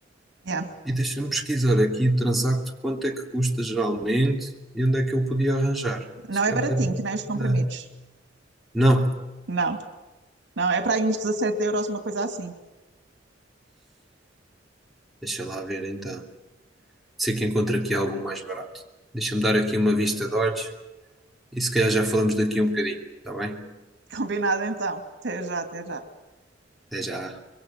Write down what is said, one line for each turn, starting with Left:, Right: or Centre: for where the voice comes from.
Right: Yeah.
Centre: E deixa-me pesquisar aqui o Transacto, quanto é que custa geralmente e onde é que eu podia arranjar?
Right: Não
Centre: Se
Right: é
Centre: calhar
Right: baratinho,
Centre: ter uma
Right: que nem os comprimidos.
Centre: ideia. Não,
Right: Não, não, é para aí uns 17 euros, uma coisa assim.
Centre: deixa lá ver então. Sei que encontro aqui algo mais barato. Deixa-me dar aqui uma vista de olhos e se calhar já falamos daqui um bocadinho, está bem?
Right: Combinado então. Até já, até já.
Centre: Até já.